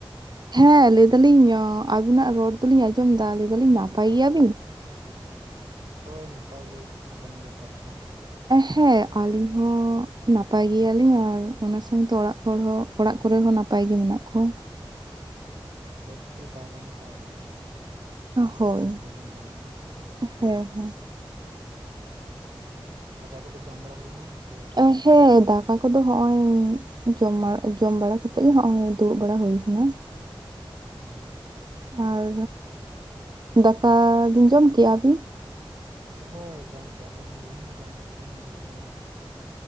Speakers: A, on the right (about 50°); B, on the right (about 65°).
A: ᱦᱮᱸ ᱞᱟᱹᱭᱫᱟᱞᱤᱧ ᱟᱵᱤᱱᱟᱜ ᱨᱚᱲ ᱫᱚᱞᱤᱧ ᱟᱸᱡᱚᱢ ᱮᱫᱟ ᱞᱟᱹᱭᱫᱟᱞᱤᱧ ᱱᱟᱯᱟᱭ ᱜᱮᱭᱟ ᱵᱤᱱ?
B: ᱦᱳᱭ ᱱᱟᱯᱟᱭ ᱜᱮ ᱟᱵᱮᱱ ᱜᱮ ᱚᱠᱟ ᱞᱮᱠᱟ?
A: ᱦᱮᱸ ᱟᱹᱞᱤᱧ ᱦᱚᱸ ᱱᱟᱯᱟᱭ ᱜᱮᱭᱟᱞᱤᱧ, ᱟᱨ ᱚᱱᱟ ᱥᱟᱶᱛᱮ ᱚᱲᱟᱜ ᱦᱚᱲ ᱦᱚᱸ ᱚᱲᱟᱜ ᱠᱚᱨᱮ ᱦᱚᱸ ᱱᱟᱯᱟᱭ ᱜᱮ ᱢᱮᱱᱟᱜ ᱠᱚᱣᱟ᱾
B: ᱵᱮᱥ ᱜᱮ ᱛᱟᱦᱮᱸ ᱞᱮᱱᱠᱷᱟᱡ ᱟᱨᱠᱤ
A: ᱦᱳᱭ
B: ᱵᱮᱥ ᱜᱮᱵᱚᱱ ᱛᱟᱦᱮᱱᱟ ᱦᱳᱭ
A: ᱦᱮᱸ ᱦᱮᱸ᱾
B: ᱫᱟᱠᱟ ᱠᱚ ᱫᱚ ᱡᱚᱢ ᱵᱟᱲᱟ ᱦᱩᱭᱱᱟ? ᱥᱮ ᱟᱹᱣᱨᱤ
A: <unintelligible> ᱦᱮᱸ ᱫᱟᱠᱟ ᱠᱚᱫᱚ ᱦᱚᱜᱚᱭ ᱡᱚᱢ ᱡᱚᱢ ᱵᱟᱲᱟ ᱠᱟᱛᱮ ᱦᱚᱜᱚᱭ ᱫᱩᱲᱩᱵ ᱵᱟᱲᱟ ᱦᱩᱭ ᱠᱟᱱᱟ᱾
B: <unintelligible>
A: ᱟᱨ ᱫᱟᱠᱟ ᱵᱤᱱ ᱡᱚᱢ ᱠᱮᱜ-ᱟ᱾ ᱟᱵᱤᱱ?
B: ᱦᱳᱭ ᱡᱚᱢ ᱠᱮᱜ-ᱟ᱾ ᱞᱤᱧ ᱟᱹᱞᱤᱧ ᱦᱚᱸ ᱡᱚᱢ ᱠᱟᱛᱮ ᱜᱮᱞᱤᱧ ᱫᱩᱲᱩᱵ ᱵᱟᱲᱟ ᱠᱟᱱᱟ᱾